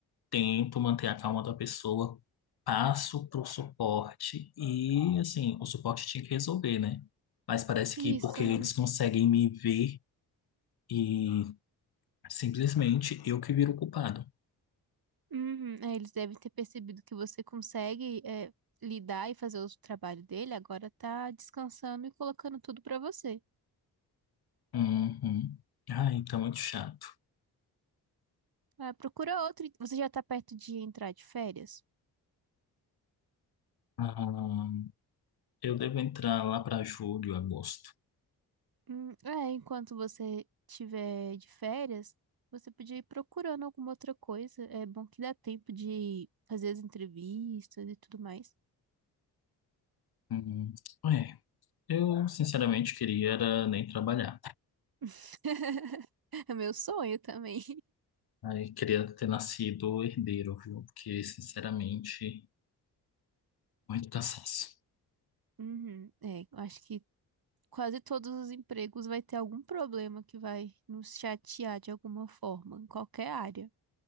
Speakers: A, on the left; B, on the right.
A: tento manter a calma da pessoa, passo pro suporte e, assim, o suporte tinha que resolver, né? Mas parece
B: Isso.
A: que porque
B: Uhum.
A: eles conseguem me ver e simplesmente eu que viro o culpado.
B: Uhum. É, eles devem ter percebido que você consegue, é, lidar e fazer o trabalho dele. Agora tá descansando e colocando tudo pra você.
A: Uhum. Ah, então é muito chato.
B: Ah, procura outro. Você já tá perto de entrar de férias?
A: Ah, eu devo entrar lá para julho, agosto.
B: Hum, é, enquanto você tiver de férias, você podia ir procurando alguma outra coisa. É bom que dá tempo de fazer as entrevistas e tudo mais.
A: Hum, é, eu sinceramente queria era nem trabalhar.
B: <laughs> É meu sonho também.
A: Aí queria ter nascido herdeiro, viu? Porque, sinceramente, muito cansaço.
B: Uhum. É, eu acho que quase todos os empregos vai ter algum problema que vai nos chatear de alguma forma, em qualquer área.